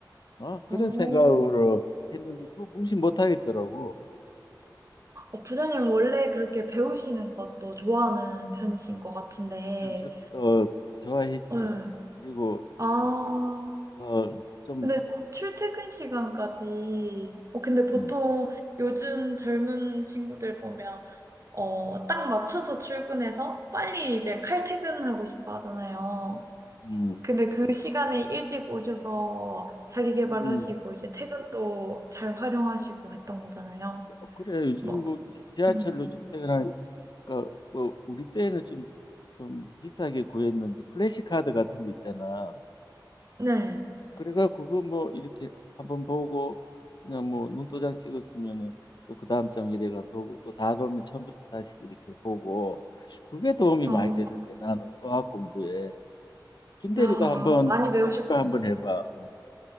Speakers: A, on the left; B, on the right.
A: 어, 그런
B: 오,
A: 생각으로 했는데 그거 무시 못 하겠더라고.
B: 어, 부장님 원래 그렇게 배우시는 것도 좋아하는 편이신 것 같은데,
A: 좀 저, 어, 좋아했지.
B: 응.
A: 그리고
B: 아,
A: 어, 좀
B: 근데 출퇴근 시간까지, 어, 근데 보통
A: 음,
B: 요즘 젊은 친구들 보면, 어, 딱 맞춰서 출근해서 빨리 이제 칼퇴근하고 싶어 하잖아요.
A: 음,
B: 근데 그 시간에 일찍 오셔서 자기 개발하시고,
A: 음.
B: 이제 퇴근도 잘 활용하시고 했던 거잖아요.
A: 어, 그래 요즘
B: 막,
A: 뭐 지하철로
B: 음,
A: 출퇴근하니까 그러니까 뭐 우리 때는 좀 좀 비싸게 구했는데 플래시 카드 같은 데 있잖아.
B: 네.
A: 그래가 그거 뭐 이렇게 한번 보고 그냥 뭐 눈도장 찍었으면은 또 그 다음 장 이래가 보고 또 다 보면 처음부터 다시 이렇게 보고 그게 도움이
B: 아,
A: 많이 되던데 나는 어학 공부에 김 대리도
B: 아,
A: 한번
B: 많이 배우셨구나.
A: 한번 해봐. 어.